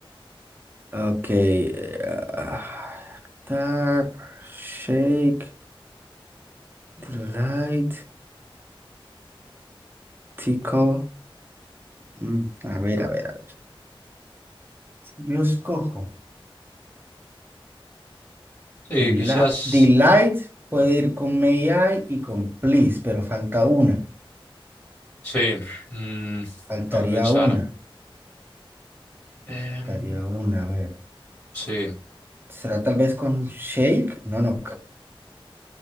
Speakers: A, on the right; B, on the left.
A: Ok. eh, ah, Dark, shake, delight, tactical. Mm, a ver, a ver, a ver. Yo escojo.
B: sí,
A: Delight,
B: quizás,
A: delight puede ir con may I y con please, pero falta una.
B: sí, mm,
A: Faltaría
B: déjame pensar.
A: una.
B: Em,
A: Faltaría una. A ver.
B: sí.
A: ¿Será tal vez con shake? No, no.